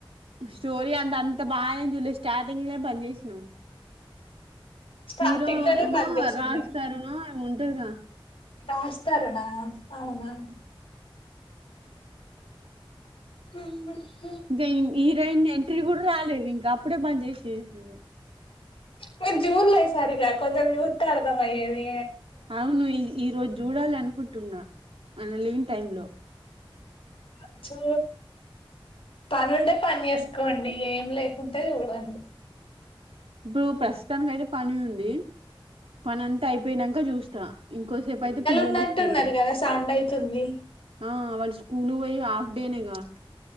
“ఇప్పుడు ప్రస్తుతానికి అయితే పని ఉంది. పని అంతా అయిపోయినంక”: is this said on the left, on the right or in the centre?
Right